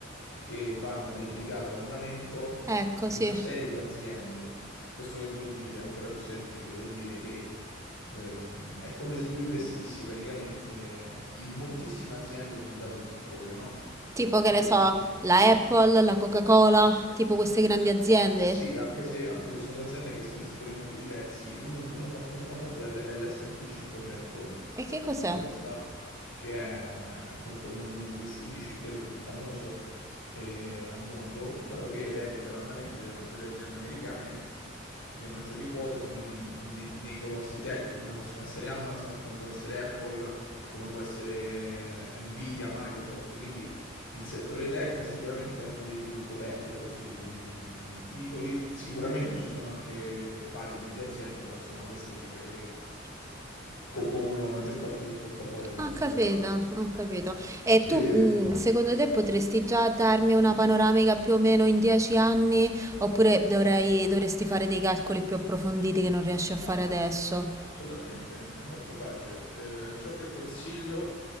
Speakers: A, on the left; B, on the right.
A: che vanno a replicare l'andamento
B: Ecco,
A: di
B: sì.
A: una serie di aziende. Questo che vuol dire, ancora più semplice, vuol dire che ehm, è come se tu investissi praticamente in moltissime aziende di un dato settore, no?
B: Tipo che
A: Per esempio,
B: ne so,
A: a me-
B: la Apple, la Coca-Cola, tipo queste grandi aziende.
A: sì, anche se, anche se sono due aziende che sono in settori molto diversi, uno, uno fa molto famoso è l- è l'S&P 500,
B: E che cos'è?
A: eh, sta- che è appunto uno, uno di questi indici, credo il più famoso eh, al mondo, dato che replica l'andamento delle maggiori aziende americane, e le maggiori quote sono in- ne- nei colossi tech come possono essere Amazon, come può essere Apple, come può essere eh, Nvidia, Microsoft, quindi il settore tech sicuramente è uno dei più coperti da questo tipo di, di- di- di titoli. Sicuramente ci sono anche vari tipi di aziende, però insomma queste sono quelle che compongono la maggior parte del portafoglio in
B: Ho
A: questo
B: capito,
A: caso.
B: ho capito. E
A: E...
B: tu, mh, secondo te, potresti già darmi una panoramica più o meno in dieci anni? Oppure dovrei, dovresti fare dei calcoli più approfonditi che non riesci a fare
A: No,
B: adesso?
A: assolutamente, è molto facile. Eh, ciò che consiglio